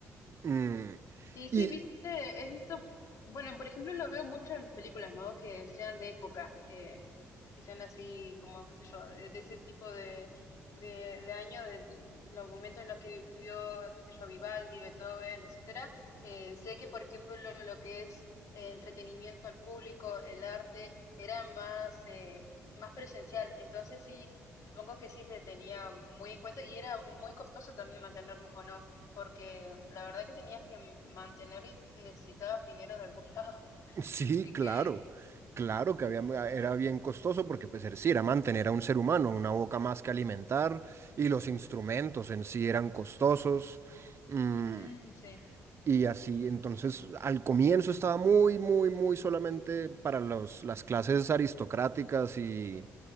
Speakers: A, on the right; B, on the left.
A: Mm,
B: Y sí,
A: y
B: viste, he visto, bueno, por ejemplo, lo veo mucho en películas, ¿no? Que sean de época, eh, que sean así, como, qué sé yo, de, de ese tipo de, de, de año, de los momentos en los que vivió, qué sé yo, Vivaldi, Beethoven, etcétera. Eh, sé que, por ejemplo, lo, lo que es eh, entretenimiento al público, el arte, era más, eh, más presencial. Entonces sí, supongo que sí se tenía muy en cuenta y era muy costoso también mantenerlos, ¿o no? porque la verdad que tenías que mantener y necesitabas dinero de algún <laughs> lado.
A: sí,
B: Así
A: claro,
B: que,
A: claro que había, ah, era bien costoso porque pues era- sí, era mantener a un ser humano, una boca más que alimentar y los instrumentos en sí eran costosos. Mm,
B: mm, sí.
A: Y así, entonces al comienzo estaba muy, muy, muy solamente para los, las clases aristocráticas y,